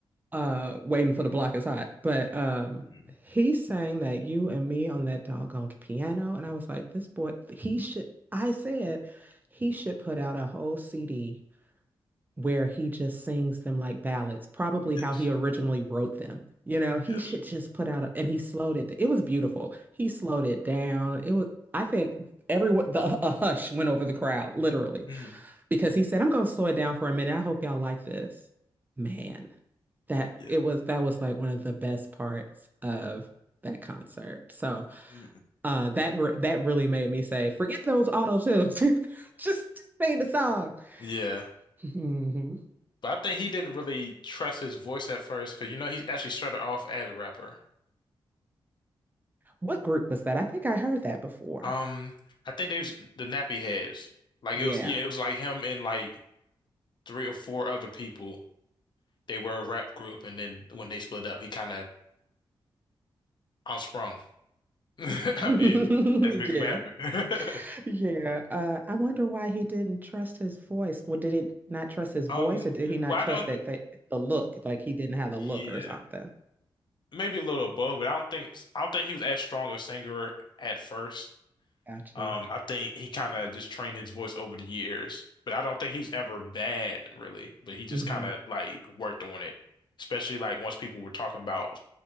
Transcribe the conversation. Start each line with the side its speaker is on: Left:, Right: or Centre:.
Right: uh waiting for the block is hot. But um
Left: Mhm.
Right: he sang that you and me on that doggone piano. And I was like, this boy, he should I said he should put out a whole CD where he just sings them like ballads, probably
Left: Yes.
Right: how he originally wrote them. You know, he
Left: Yes.
Right: should just put out a, and he slowed it. It was beautiful. He slowed it down. It was I think everyone the a hush went over the crowd, literally,
Left: Mm-hmm.
Right: because he said, I'm gonna slow it down for a minute. I hope y'all like this. Man, that
Left: Yeah.
Right: it was that was like one of the best parts of that concert. So
Left: Mhm.
Right: uh, that that really made me say, forget those auto tunes, <laughs> just, just sing the song.
Left: <laughs> Yeah.
Right: Mhm.
Left: But I think he didn't really trust his voice at first because you know he actually started off as a rapper.
Right: What group was that? I think I heard that before.
Left: Um, I think they was the Nappy Heads. Like
Right: Yeah.
Left: it was, yeah, it was like him and like three or four other people. They were a rap group, and then when they split up, he kind of sprung. <laughs> I
Right: <laughs>
Left: mean, that's basically
Right: Yeah.
Left: what happened. <laughs>
Right: Yeah. Uh, I wonder why he didn't trust his voice. Well, did he not trust his voice,
Left: Um,
Right: or did he not
Left: well,
Right: trust
Left: I don't.
Right: that the, the look? Like he didn't have a
Left: Yeah,
Right: look or something.
Left: maybe a little above, but I don't think I don't think he was as strong a singer at first.
Right: Gotcha.
Left: Um, I think he kind of just trained his voice over the years, but I don't think he was ever bad really. But he just
Right: Mm-hmm.
Left: kind of like worked on it, especially like once people were talking about